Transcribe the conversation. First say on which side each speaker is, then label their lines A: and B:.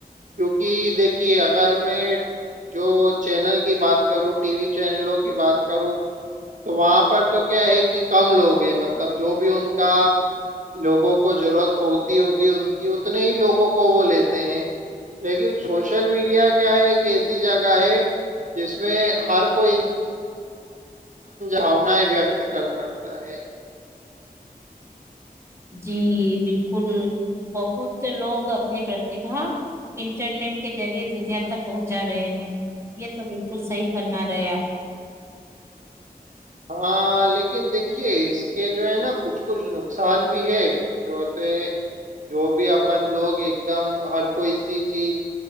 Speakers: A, on the right (about 50°); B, on the right (about 15°).
A: کیوںکہ دیکھیے اگر میں جو چینل کی بات کروں ٹی وی چینلوں کی بات کروں تو وہاں پر تو کیا ہے کہ کم لوگ ہیں مطلب جو بھی ان کا لوگوں کو ضرورت ہوتی ہوگی ان کی اتنے ہی لوگوں کو وہ لیتے ہیں لیکن سوشل میڈیا کیا ہے ایک ایسی جگہ ہے جس میں ہر کوئی ھانایں وت کرتا پٹ ہے
B: جی بالکل بہت لوگ اپنی پرتھا انٹرنیٹ کے ذریعے دنیا تک پہنچا رہے ہیں یہ تو بالکل صحی فرما رہے آپ
A: ہاں لیکن دیکھیے کہ اس کے جو ہے نا کچ کچھ کچھ نقصان بھی ہے جوسے جو بھی اپن لوگ ایک دم ہر کوئی سی چیز